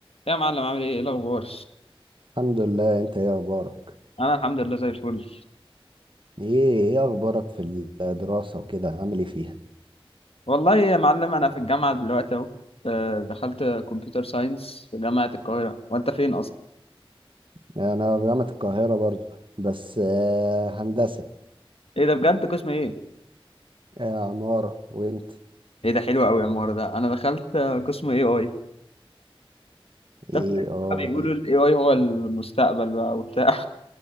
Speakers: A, on the left (about 80°); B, on the right (about 60°).
A: يا معلم عامل ايه ايه الاخبار
B: الحمد لله انت ايه اخبارك
A: انا الحمد لله زي الفل
B: ايه ايه اخبارك في الدراسة وكده عامل ايه فيها
A: والله يا معلم انا في الجامعه دلوقتي اهو آه، دخلت كمبيوتر ساينس في جامعه القاهره وانت فين اصلا
B: يعني انا في جامعة القاهرة برضو بس آه، هندسة
A: ايه ده بجد قسم ايه
B: آه، عمارة وانت
A: ايه ده حلو قوي يا عمار ده انا دخلت آه، قسم اي اي
B: ايه
A: <laughs>
B: اه
A: بيقولوا
B: ايه
A: الاي اي هو المستقبل بقى وبتاع